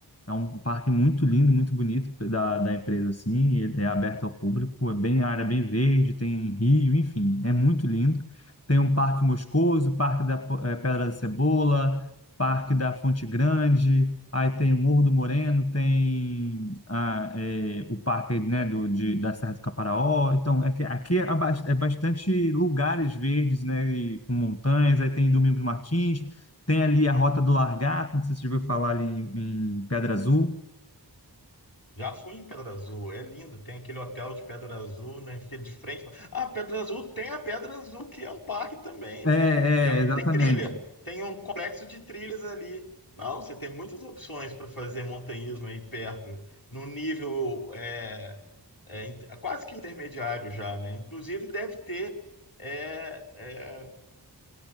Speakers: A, on the left; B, on the left.
A: É um parque muito lindo, muito bonito da, da empresa, assim. Ele É aberto ao público, é bem área é bem verde, tem rio, enfim, é muito lindo. Tem um Parque Moscoso, Parque da Po- eh, Pedra da Cebola, Parque da Fonte Grande. Aí tem o Morro do Moreno, tem a- é, o parque, né, do, de, da Serra do Caparaó. Então, é que aqui é, bas- é bastante lugares verdes, né, e com montanhas. Aí tem Domingos Martins, tem ali a Rota do Largato, não sei se você já ouviu falar ali em, em Pedra Azul.
B: Já fui em Pedra Azul, é lindo. Tem aquele hotel de Pedra Azul, né? Fica de frente. pra- Ah, Pedra Azul tem a Pedra Azul, que é um parque também,
A: É,
B: né? Que é- um,
A: é, exatamente.
B: tem trilha, tem um complexo de trilhas ali. Não, você tem muitas opções para fazer montanhismo aí perto, no nível é, é, in- é quase que intermediário já, né? Inclusive deve ter é, é,